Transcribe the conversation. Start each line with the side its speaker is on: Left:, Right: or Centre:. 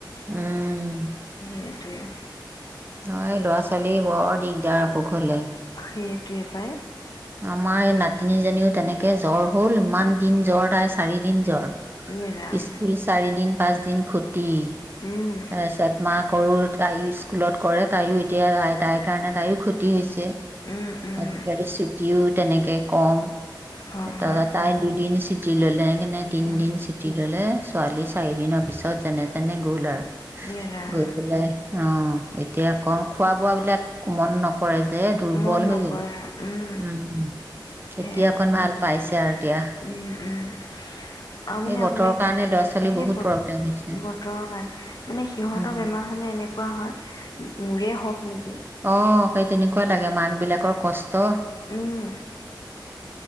Right: উম
Left: সেইটোৱে
Right: অ এই ল'ৰা ছোৱালী বৰ দিগদাৰ অসুখ হ'লে
Left: সেইটোৱে পাই
Right: আমাৰ এই নাতিনীজনীও তেনেকে জ্বৰ হ'ল ইমান দিন জ্বৰ তাই চাৰি দিন জ্বৰ
Left: ইয়ে ৰাম।
Right: স্কুল চাৰি দিন পাঁচদিন খতি তি
Left: উম,
Right: তাৰপিছত মাক কৰো তাই স্কুলত কৰে তাইয়ো এতিয়া তাই তাইৰ কাৰণে তাইয়ো খতি হৈছে
Left: উম, উম,
Right: আজিকালি তেনেকে কম
Left: হয়,
Right: ত
Left: হয়,
Right: তাই দুদিন স্কুল চুটি ল'লে কেনে তিনদিন
Left: উম,
Right: চুটি ল'লে ছোৱালী চাৰিদিনৰ পিছত যেনে তেনে গ'ল আৰু
Left: ইয়ে ৰাম।
Right: গৈ পেলাই অ এতিয়া কম খোৱা বোৱা বিলাক মন নকৰে যে দুৰ্বল
Left: মন নকৰে
Right: হৈ গ'ল
Left: উম
Right: উম
Left: সেয়া
Right: এতিয়া অকণ ভাল পাইছে আৰু এতিয়া
Left: উম, উম, আৰু মানে
Right: এই বতৰৰ
Left: আপোনাক
Right: কাৰণে ল'ৰা ছোৱালী
Left: সেই
Right: বহুত
Left: বত
Right: প্ৰব্লেম হৈছে
Left: বতৰৰ কাৰণে মানে সিহঁতৰ
Right: উম
Left: বেমাৰ হ'লে এনেকুৱা হয় মোৰে হওঁক নেকি
Right: অ সেই তেনেকুৱা লাগে মাক বিলাকৰ কষ্ট
Left: উম